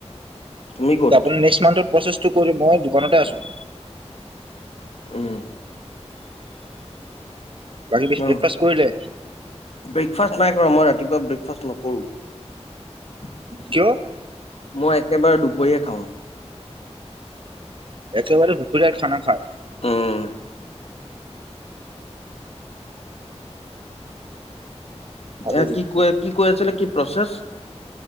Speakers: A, on the left; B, on the right.
A: তুমি ক'ত
B: আপুনি নেক্সট মান্থত প্ৰচেছটো কৰি, মই দোকানতে আছোঁ।
A: উম।
B: বাকী বেছি
A: অ',
B: ব্ৰেকফাষ্ট কৰিলে
A: ব্ৰেকফাষ্ট নাই কৰা, মই ৰাত ৰাতিপুৱা ব্ৰেকফাষ্ট নকৰোঁ।
B: কিয়
A: মই একেবাৰে দুপৰীয়া থ।
B: একেবাৰে দুপৰীয়া খানা খায়।
A: উম।
B: ভালো
A: এ
B: দে
A: কি কয় কি কৰিছিলে কি প্ৰচেছ?